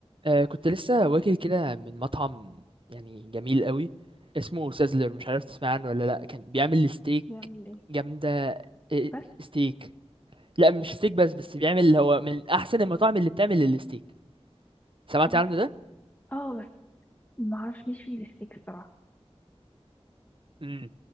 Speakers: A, on the right; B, on the left.
A: آه كنت لسه واكل كده من مطعم يعني جميل قوي اسمه سازلر مش عارف تسمع عنه ولا لا كان بيعمل ستيك
B: بيعمل ايه
A: جامدة إيه،
B: بس
A: ستيك لا مش ستيك بس بس بيعمل هو من احسن المطاعم اللي بتعمل الستيك سمعت
B: معرف...
A: عنه ده
B: اه بس ما اعرفش مش في الستيك الصراحه
A: امم